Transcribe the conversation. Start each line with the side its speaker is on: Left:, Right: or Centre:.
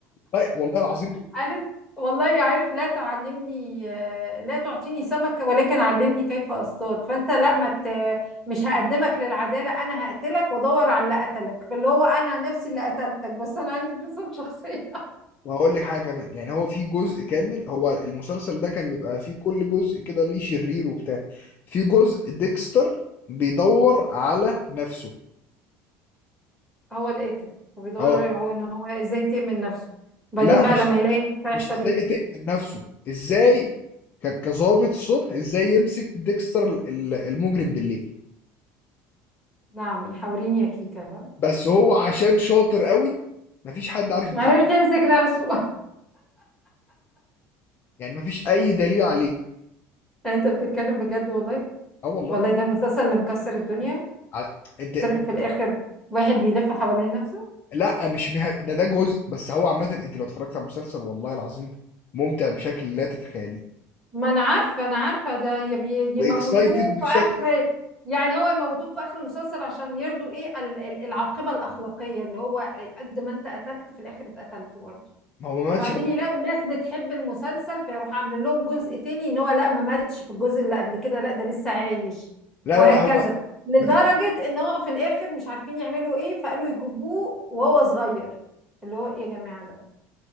Left: الع- والله العظيم
Centre: عارف والله عارف لا تعلمني آه، لا تعطيني سمكة ولكن علمني كيف اصطاد فانت لا ما مت مش هقدمك للعدالة انا هقتلك وادور على اللي قتلك فاللي هو انا نفسي اللي قتلتك بس انا عندي انفصام شخصية
Left: وهقول لك حاجه كمان يعني هو في جزء كامل هو المسلسل ده كان بيبقى فيه كل جزء كده ليه شرير وبتاع في جزء ديكستر بيدور على نفسه
Centre: <laughs> هو القاتل فبيدور
Left: اه
Centre: هو ان هو ازاي ينتقم من نفسه بعدين
Left: لا
Centre: بقى
Left: مش
Centre: لما يلاقي نفسه هيحصل
Left: مش ازاي
Centre: ايه
Left: يقتل من نفسه ازاي ك- كظابط الصبح ازاي يمسك ديكستر ال- المجرم بالليل
Centre: نعم يحاوريني يا كيكة ها
Left: بس هو عشان شاطر قوي مفيش حد عارف يمسكه
Centre: معرفش يمسك نفسه
Left: يعني مفيش اي دليل عليه
Centre: <laughs> انت بتتكلم بجد والله
Left: اه والله
Centre: والله ده المسلسل اللي مكسر الدنيا
Left: على انت
Centre: طلع في الاخر واحد بيلف حوالين نفسه
Left: لا مش مه... ده ده جزء بس هو عامة انت لو اتفرجت على المسلسل والله العظيم ممتع بشكل لا تتخيليه
Centre: ما انا عارفه انا عارفه ده يبي- يموتوه
Left: واكسايتد
Centre: في
Left: بشكل
Centre: اخر يعني هو يموتوه في اخر المسلسل عشان يرضوا ايه ال- ال- العاقبه الاخلاقيه اللي هو قد ما انت قتلت في الاخر اتقتلت برضه
Left: ما هو ما ماتش
Centre: وبعدين
Left: بقى
Centre: يلاقوا الناس بتحب المسلسل فيروح عامل لهم جزء تاني ان هو لا ما ماتش في الجزء اللي قبل كده لا ده لسه عايش
Left: لا
Centre: وهكذا
Left: لا لا هو
Centre: لدرجه
Left: ما في
Centre: ان هو في الاخر مش عارفين يعملوا ايه فقالوا يجيبوه وهو صغير اللي هو ايه يا جماعه ده